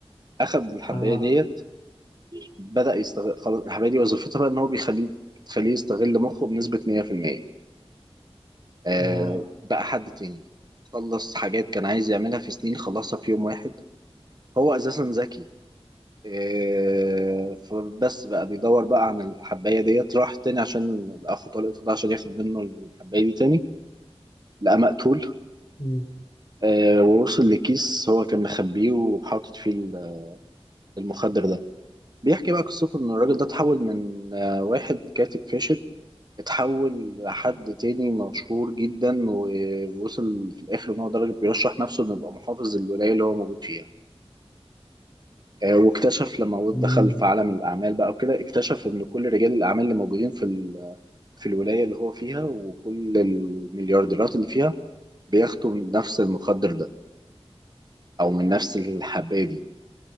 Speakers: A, on the right; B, on the left.
A: أخد الحباية
B: اه
A: ديت بدأ يستغل خلاص الحمادي وظيفتها بقى ان هو بيخليه تخليه يستغل مخه بنسبة 100% آه
B: اه
A: بقى حد تاني خلص حاجات كان عايز يعملها في سنين خلصها في يوم واحد هو اساسا ذكي آه فبس بقى بيدور بقى عن الحباية ديت راح تاني عشان اخو طليقته ده عشان ياخد منه الحباية دي تاني لقى مقتول
B: مم.
A: آه ووصل لكيس هو كان مخبيه وحاطط فيه ال- المخدر ده بيحكي بقى قصته ان الراجل ده اتحول من آه، واحد كاتب فاشل اتحول لحد تاني مشهور جدا ووصل في الآخر إن هو درجة بيرشح نفسه إنه يبقى محافظ للولاية اللي هو موجود فيها آه، واكتشف لما هو
B: مم.
A: دخل في عالم الأعمال بقى وكده اكتشف إن كل رجال الأعمال اللي موجودين في ال- في الولاية اللي هو فيها وكل المليارديرات اللي فيها بياخدوا من نفس المخدر ده أو من نفس الحباية دي